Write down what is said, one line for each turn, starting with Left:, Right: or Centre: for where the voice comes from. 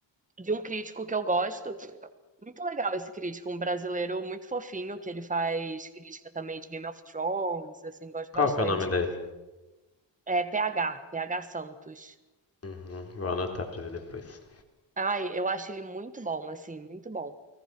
Right: de um crítico que eu gosto. Muito legal esse crítico, um brasileiro muito fofinho, que ele faz crítica também de Game of Thrones, assim, gosto
Left: Qual
Right: bastante.
Left: que é o nome dele?
Right: É PH, PH Santos.
Left: Uhum, vou anotar pra ver depois.
Right: Ai, eu acho ele muito bom, assim, muito bom.